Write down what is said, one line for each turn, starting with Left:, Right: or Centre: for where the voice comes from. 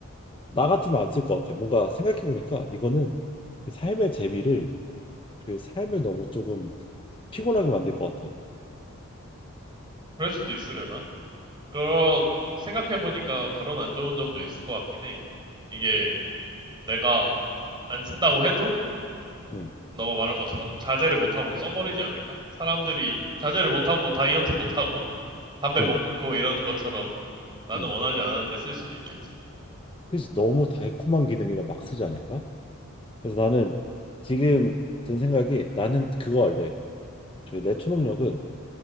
Left: 나 같으면 안 쓸 것 같아. 뭔가 생각해 보니까 이거는 그 삶의 재미를 그 삶을 너무 조금 피곤하게 만들 것 같아.
Right: 그럴 수도 있으려나? 그런 생각해 보니까 그런 안 좋은 점도 있을 것 같긴 해. 이게 내가 안 쓴다고 해도
Left: 응,
Right: 너가 말한 것처럼 자제를 못 하고 써버리지 않을까? 사람들이 자제를 못 하고 다이어트 못 하고 담배 못
Left: 응,
Right: 끊고 이러는 것처럼 나는
Left: 응.
Right: 원하지 않았는데 쓸 수도 있겠지?
Left: 그렇지. 너무 달콤한 기능이라 막 쓰지 않을까? 그래서 나는 지금 든 생각이 나는 그거 할래. 그 내 초능력은